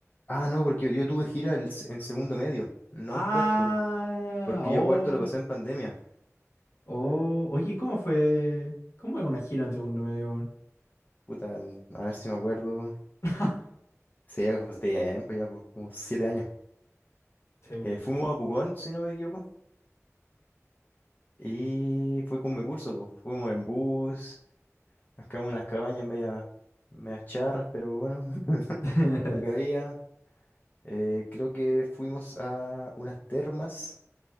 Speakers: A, on the left; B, on the left.
A: Ah, no, porque yo, yo tuve gira el s- en segundo medio, no
B: Ah,
A: en cuarto. Porque
B: oh,
A: yo cuarto lo pasé en pandemia.
B: oh. Oye, ¿cómo fue? ¿Cómo es una gira en segundo medio? weón?
A: Puta, a ver si me acuerdo.
B: <laughs>
A: Sí, ya fue hace tiempo, ya, pues, como siete años.
B: Sí, po.
A: Eh, fuimos a Pucón, si no me equivoco. Y fue con mi curso, pues. Fuimos en bus. Acá hubo unas cabañas media, medias charras, pero bueno, <laughs>
B: <laughs>
A: lo que había. Eh, creo que fuimos a unas termas,